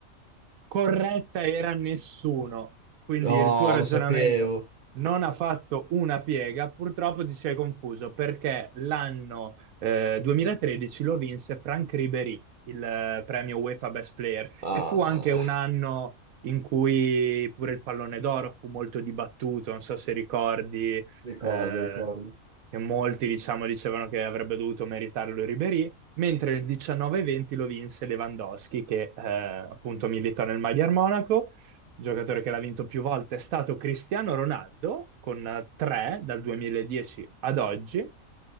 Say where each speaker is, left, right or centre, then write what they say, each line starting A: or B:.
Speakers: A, on the right; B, on the right.
A: corretta era nessuno. Quindi
B: Oh,
A: il tuo ragionamento
B: lo sapevo.
A: non ha fatto una piega. Purtroppo ti sei confuso perché l'anno eh, 2013 lo vinse Franck Ribéry, il eh, premio UEFA Best Player,
B: Ah,
A: e fu anche un anno in cui pure il pallone d'oro fu molto dibattuto. Non so se ricordi.
B: ricordo,
A: eh,
B: ricordo.
A: che molti, diciamo, dicevano che avrebbe dovuto meritarlo Ribéry, mentre nel 19-20 lo vinse Lewandowski, che eh, appunto milita nel Magyar Monaco. Il giocatore che l'ha vinto più volte è stato Cristiano Ronaldo, con eh, tre dal 2010 ad oggi,